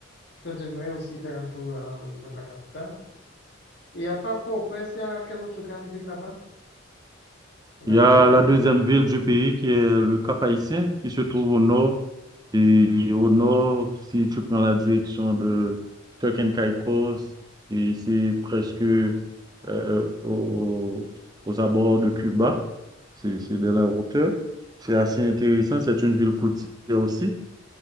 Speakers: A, on the left; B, on the right.
A: peut-être j'aimerais aussi faire un tour là, au niveau de la capitale. Il n'y a pas Port-au-Prince, il y a quelle autre grande ville là-bas? En
B: Il
A: Haïti.
B: y a la deuxième ville du pays qui est le Cap-Haïtien, qui se trouve au nord. Et au nord, si tu prends la direction de Turks and Caicos, et c'est presque euh, au- aux abords de Cuba. C'est c'est de la hauteur. C'est assez intéressant. C'est une ville côtière aussi.